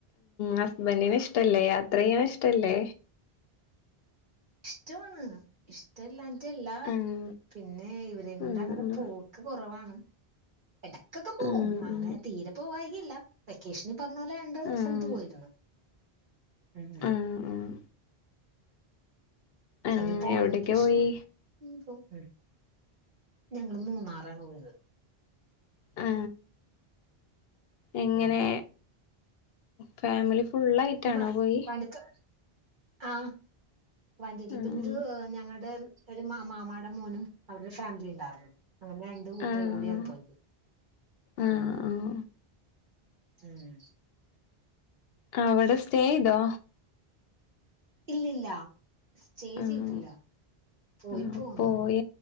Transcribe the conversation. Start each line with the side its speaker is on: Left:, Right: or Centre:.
Left: ഹസ്ബൻഡും ഇഷ്ടല്ലേ യാത്ര ചെയ്യാന ഇഷ്ടല്ലേ
Right: ഇഷ്ടാണ് ഇഷ്ടമല്ലാറ്റല്ലാ
Left: ആഹ്
Right: പിന്നെ ഇവര കൊണ്ട്
Left: ആഹ്
Right: അങ്ങനെ പോൂക്ക് കുറവാണ് ഇടക്കൊക്കെ പോകും
Left: ആഹ് ആഹ്
Right: അങ്ങനെ തീരെ പോകമായികല്ല വെക്കേഷനി പറഞ്ഞ പോലെ രണ്ട
Left: ആഹ്
Right: സ്ഥലത്ത് പോയിരരുന്നു ഉം
Left: ആഹ് ആഹ് ആഹ്
Right: ഇനി പോ ആാണ്
Left: എവിടേക്കാ
Right: മകേഷ്ന
Left: പോയി
Right: ഉ പോ ഉ ഞങ്ങള് മൂന്നാറാണ് പോയത്
Left: ആ എങ്ങനെ
Right: ഉം
Left: ഫാമിലി ഫുള്ളായിട്ടാണോ
Right: വ
Left: പോയി
Right: വടുക്ക ആ വണ്ടില്ല
Left: ആഹ്
Right: പിന്നെരു ഞങ്ങടെ ഒരു മാ മാമാടെ മോനും അവരുടെ ഫാമിലി ഉണ്ടാർന്നു അങ്ങനെ രണ്ട് കൂട്ടര
Left: ആഹ്
Right: കൂടിയാണ് പോയത്
Left: ആഹ്
Right: ഉ ഹം
Left: ആ അവിടെ സ്റ്റേ ഇതോ
Right: ഇല്ലില്ല സ്റ്റേ
Left: ആഹ്
Right: ചെയ്തില്ല പോയി
Left: ആഹ്
Right: പോന്ന്
Left: പോയ